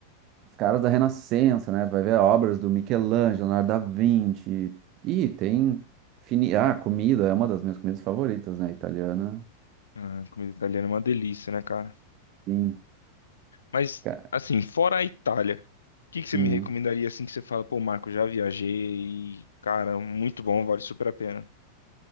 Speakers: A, on the right; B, on the left.
A: os caras da Renascença, né? Tu vai ver obras do Michelangelo, Leonardo da Vinci. E tem... Fini... Ah, comida, é uma das minhas comidas favoritas, né? Italiana.
B: Ah, comida italiana é uma delícia, né, cara?
A: Sim.
B: Mas,
A: Ca-
B: assim, fora a Itália, o que que você
A: hum.
B: me recomendaria assim que você fala, pô, Marco, já viajei e, cara, muito bom, vale super a pena.